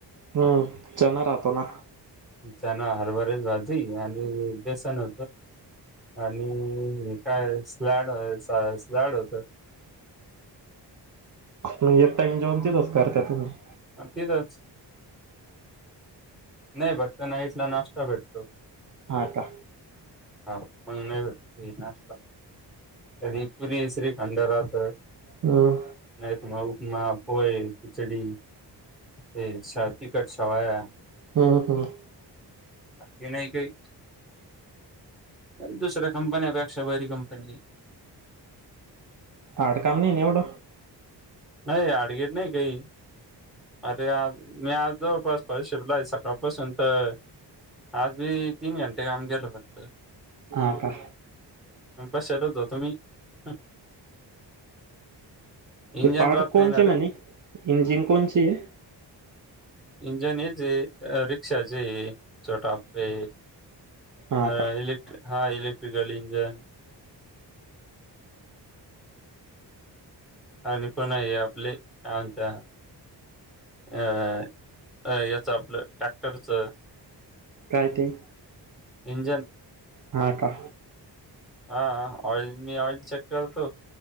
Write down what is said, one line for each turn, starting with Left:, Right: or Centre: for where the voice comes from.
Right: हम्म चना राहतो ना.
Centre: चना, हरभऱ्याची भाजी आणि बेसन होत, आणि काय <unintelligible> जाड होतं.
Right: म एकटा येऊन जेव <unintelligible>
Centre: तिथंच नाही फक्त नाईटला नाश्ता भेटतो.
Right: आता.
Centre: हा पण नाही भेटत नाश्ता, तरी पुरी श्रीखंड राहत.
Right: हम्म
Centre: नाही त माव माप होय.. खिचडी ते स तिकट शेवाया.
Right: हम्म हम्म.
Centre: बाकी नाही काही, दुसऱ्या कंपन्या पेक्षा बरी कंपनी.
Right: हार्ड काम नाही नि येवढ.
Centre: नाही हार्ड गेड नाही काही. अरे मी अलतो फस्ट प शिपला आहे. सकाळपासून तर आज बी तीन घंटे काम गेलो फक्त.
Right: आ का.
Centre: <unintelligible> इंजन
Right: ते पार्ट
Centre: राहत
Right: कोणचे,
Centre: नाही ना
Right: म्हणे
Centre: रे
Right: इंजिन कोणचे. <inaudible>
Centre: इंजन हेज हे रिक्षाचे.. छोटा अप्पे.
Right: हा
Centre: अ
Right: का
Centre: इलेक्ट्रिक हा इलेट्रि <unintelligible> इंजन आणि पण हे आपले, काय म्हणत्या अ अ याच आपलं टॅक्टरच.
Right: काय ते,
Centre: इंजन.
Right: हा का.
Centre: हा.. ऑइल मी ऑइल चेक करतो.